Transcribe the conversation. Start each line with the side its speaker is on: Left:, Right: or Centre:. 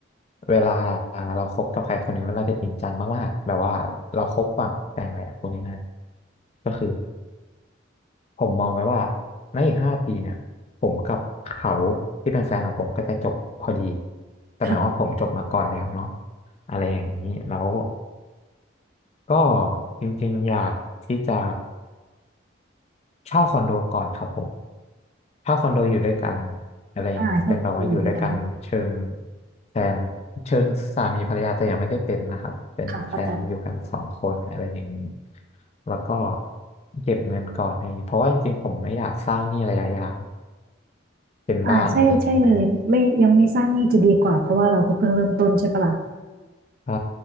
Left: เวลาเราคบกับใครคนหนึ่งแล้วเราจะจริงจังมากๆแบบว่าเราคบหวังแต่งแหละพูดง่ายๆก็คือผมมองไว้ว่าในอีกห้าปีเนี่ยผมกับเขาที่เป็นแฟนของผมก็จะจบพอดีแต่หมายว่าผมจบมาก่อนแล้วเนาะ
Right: ค่ะ
Left: อะไรอย่างนี้แล้วก็จริงๆอยากที่จะเช่าคอนโดก่อนครับผม ถ้าคอนโดอยู่ด้วยกันอะไรอย่างนี้เป็นแบบว่าอยู่ด้วยกันเชิง
Right: อ่าชอบคนเดีอยู่ด้วยกัน
Left: แฟนเชิงสามีภรรยาแต่ยังไม่ได้เป็นนะครับเป็นแฟนอยู่กันสองคนอะไรอย่างนี้
Right: ค่ะเข้าใจ
Left: แล้วก็เก็บเงินก่อนอะไรอย่างนี้เพราะว่าจริงๆผมไม่อยากสร้างหนี้ระยะยาวเป็นบ้านอะไรอย่างนี้เลย
Right: อ่าใช่ใช่เลยไม่ยังไม่สร้างหนี้จะดีกว่าเพราะว่าเราก็เพิ่งเริ่มต้นใช่ปะล่ะ
Left: ใช่